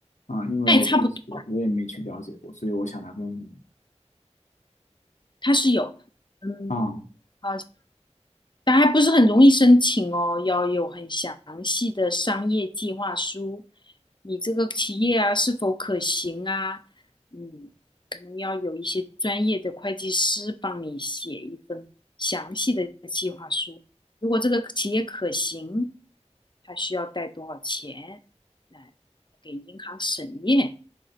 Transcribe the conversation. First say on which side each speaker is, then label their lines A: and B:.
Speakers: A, on the left; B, on the left.
A: 啊，因为就是我也没去了解过，
B: 那也差不多，
A: 所以我想来问问你
B: 它是有，嗯，
A: 啊，
B: 好。但还不是很容易申请哦，要有很详细的商业计划书，你这个企业啊是否可行啊？嗯，可能要有一些专业的会计师帮你写一份详细的计划书。如果这个企业可行，它需要贷多少钱？来给银行审验，